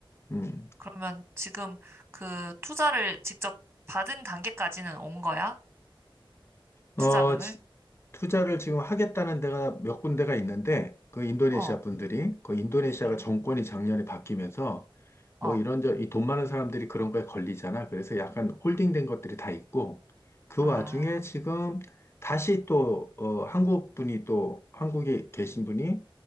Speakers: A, on the left; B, on the right.
A: 음,
B: 그러면 지금 그 투자를 직접 받은 단계까지는 온 거야?
A: 어,
B: 투자금을?
A: 지- 투자를 지금 하겠다는 데가 몇 군데가 있는데, 그 인도네시아
B: 어,
A: 분들이, 그 인도네시아가
B: 응?
A: 정권이 작년에 바뀌면서, 뭐
B: 어,
A: 이런, 저, 이 돈 많은 사람들이 그런 거에 걸리잖아. 그래서 약간 홀딩된 것들이 다 있고, 그
B: 아,
A: 와중에 지금 다시 또, 어, 한국 분이 또, 한국에 계신 분이